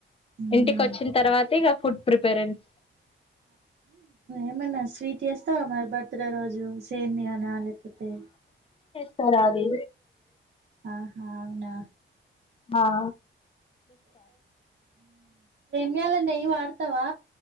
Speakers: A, on the right; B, on the left.
A: మ్మ్
B: ఇంటికి వచ్చిన తర్వాత ఇక ఫుడ్ ప్రిపెరెన్స్
A: ఏమనా స్వీట్ చేస్తా అరి బర్త్డే రోజు సే మయానాలపోతే
B: సవది
A: ఆహా అవునా
B: ఆా
A: మాల న వారత తవా